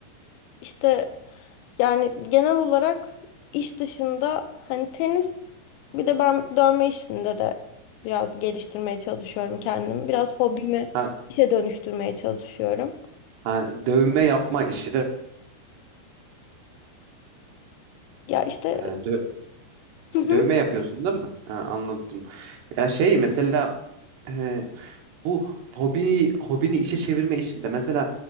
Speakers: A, on the left; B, on the right.
A: işte yani genel olarak iş dışında hani tenis bir de ben dövme işinde de biraz geliştirmeye çalışıyorum kendimi. Biraz hobimi
B: Ha,
A: işe dönüştürmeye çalışıyorum.
B: Ha, dövme yapma işi de
A: Ya işte
B: e, dö-
A: hı hı.
B: dövme yapıyorsun değil mi? Ha, anladım. Ya şey mesela e, bu hobi hobini işe çevirme işinde mesela